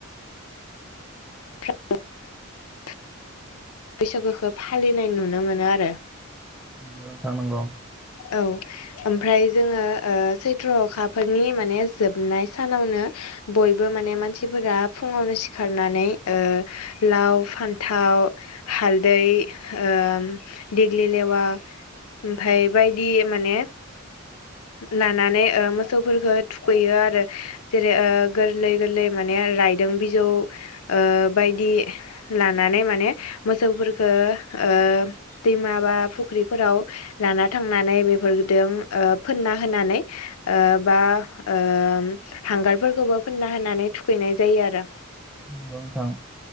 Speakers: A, on the left; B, in the centre.
A: <unintelligible> बैसागुखौ फालिनाय नुनो मोनो आरो
B: नंगौ नोंथां नंगौ
A: औ ओमफ्राय जोङो ओ सैत्र ओ अखाफोरनि माने जोबनाय सानावनो बयबो माने मानसिफोरा फुङावनो सिखारनानै ओ लाव फानथाव हालदै ओ दिग्लि लेवा ओमफाय बायदि माने लानानै मोसौफोरखो थुखैयो आरो जेरै ए गोरलै गोरलै माने रायदों बिजौ ओ बायदि लानानै माने मोसौफोरखौ ओ दैमा बा फुख्रिफोराव लाना थांनानै बेफोरदों ओ फोनना होनानै ओ बा ओम हांगारफोरखौबो फोनना होनानै थुखैनाय जायो आरो
B: नंगौ नोंथां